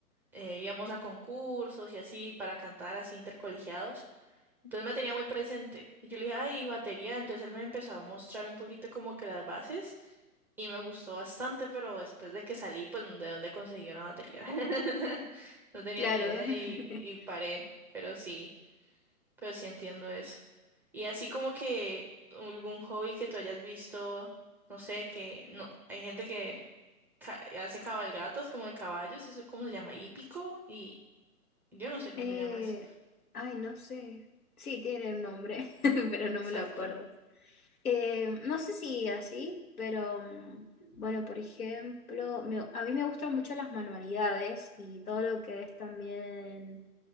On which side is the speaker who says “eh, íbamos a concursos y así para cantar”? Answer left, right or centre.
Centre